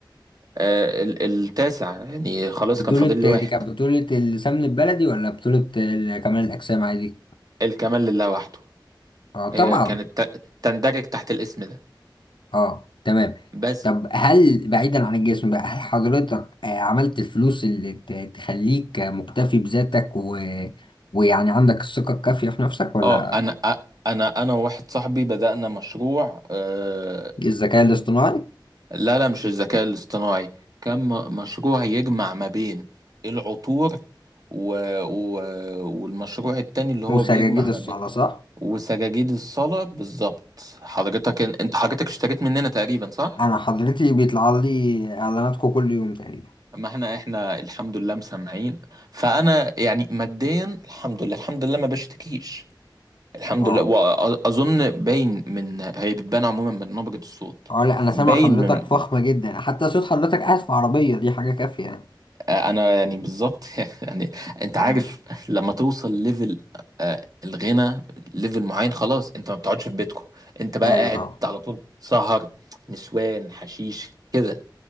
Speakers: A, on the right (about 50°); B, on the left (about 75°).
A: آه ال... التاسع يعني خلاص
B: بطولة
A: كان فاضل لي واحد
B: دي كانت بطولة السمن البلدي ولا بطولة ال- كمال الأجسام عادي؟
A: الكمال لله وحده
B: اه طبعا
A: هي كانت ت... تندرج تحت الاسم ده
B: اه تمام
A: بس
B: طب هل بعيدا عن الجسم بقى هل حضرتك آه، عملت الفلوس اللي ت- تخليك مكتفي بذاتك و... ويعني عندك الثقة الكافية في نفسك ولا
A: اه انا أ- انا انا وواحد صاحبي بدأنا مشروع آه
B: الذكاء الاصطناعي
A: لا لا مش الذكاء الاصطناعي كان م- مشروع يجمع ما بين العطور و... و... والمشروع التاني اللي هو
B: وسجاجيد
A: بيجمع
B: الصلاة
A: ما بين
B: صح؟
A: وسجاجيد الصلاة بالظبط حضرتك انت حضرتك اشتريت مننا تقريبا صح؟
B: أنا حضرتي بيطلع لي إعلاناتكم كل يوم تقريبا
A: ما احنا احنا الحمد لله مسمعين فانا يعني ماديا الحمد لله الحمد لله ما بشتكيش الحمد
B: أه
A: لله واظن باين من هي بتبان عموما من نبرة الصوت
B: أه لا أنا سامع
A: باين
B: حضرتك
A: من
B: فخمة جدا حتى صوت حضرتك قاعد في عربية دي حاجة كافية يعني
A: آه، انا يعني بالظبط <laughs> يعني انت
B: تمام
A: عارف لما توصل ليفل آه، الغنى ليفل معين خلاص انت ما بتقعدش في بيتكم انت بقى
B: أيوة
A: قاعد
B: طبعا
A: على طول سهر نسوان حشيش كده